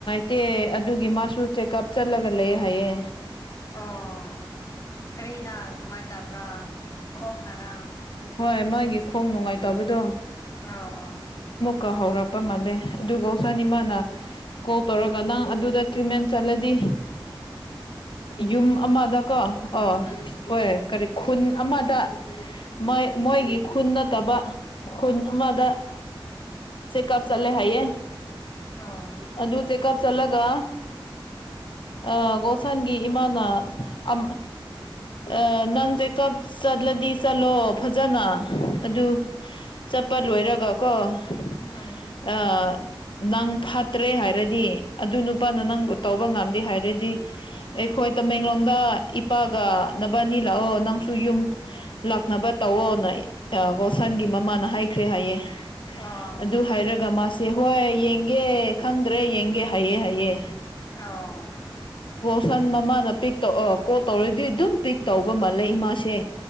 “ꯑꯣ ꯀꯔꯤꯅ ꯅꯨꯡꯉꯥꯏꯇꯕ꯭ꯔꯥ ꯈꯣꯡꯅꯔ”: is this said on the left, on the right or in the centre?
Left